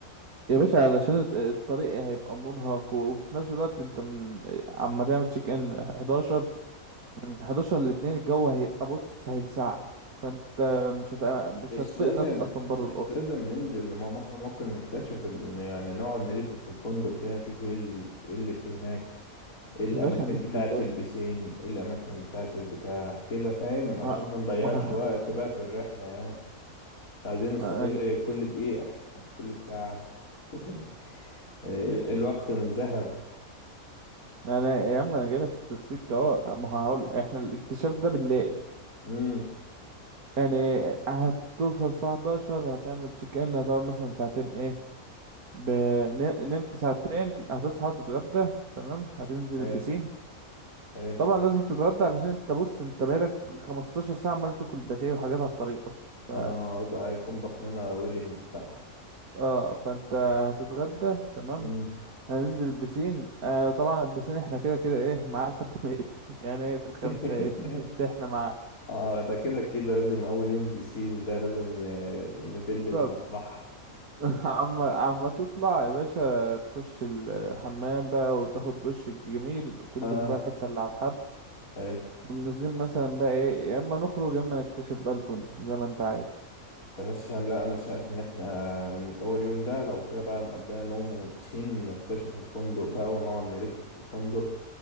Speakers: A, on the right; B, on the left.
A: يا باشا علشان الط- الطريق هيبقى مرهق و- وفي نفس الوقت انت من عما تعمل تشيك ان 11 من 11 ل 2 الجو هيبقى بص هيلسعك فانت مش هت... مش
B: مش
A: هتطيق
B: لازم
A: نفسك اصلا بره
B: مش
A: الاوضه
B: لازم ننزل لما احنا ممكن نكتشف ال- يعني نقعد نلف في الفندق كده نشوف ايه ال- إيه اللي في هناك ايه الاماكن
A: يا باشا هنلف
B: بتاعة
A: بالليل
B: البسين ايه الاماكن بتاعة البتاع كده فاهم عشان
A: ما
B: ما نضيعش
A: ما,
B: وقت بقى في الرحلة يعني عايزين نستغل
A: ما انا جا...
B: كل دقيقة مش كل ساعة <laughs> ال- الوقت من ذهب
A: <laughs> انا يا عم انا جايلك في التفسير اهو ما هقول احنا الاكتشاف ده بالليل
B: امم
A: يعني هتوصل الساعه 11 هتعمل تشيك ان هتقعد مثلا ساعتين ايه ب... ن- نمت ساعتين هتصحى تتغدى تمام هتنزل
B: حلو
A: البسين
B: حلو
A: طبعا لازم تتغدى علشان انت بص انت بقالك 15 ساعه عمال تاكل باتيه وحاجات على الطريق اصلا ف
B: اه ده هيكون بطننا ورمت بقى
A: اه فانت هتتغدى تمام
B: مم.
A: هننزل البسين آه طبعا البسين احنا كده كده ايه معاه لحد ما يقفل <laughs> يعني هيقفل خمسة
B: <laughs>
A: هيقفل ستة احنا معاه
B: اه ده كده كده لازم اول يوم بسين ده لازم ن- نبل
A: بالظبط
B: المصلحة
A: <laughs> عم عم تطلع يا باشا تخش الحمام بقى وتاخد دش جميل وتلبس
B: اه
A: بقى الحتة اللي على الحبل
B: حلو
A: ونازلين مثلا بقى ايه يا اما نخرج يا اما نكتشف بقى الفندق زي ما انت عايز
B: يا باشا لا انا شايف ان احنا ن- اول يوم ده لو كده بقى نقضيها نوم وبسين نكتشف الفندق بقى ونقعد نلف في الفندق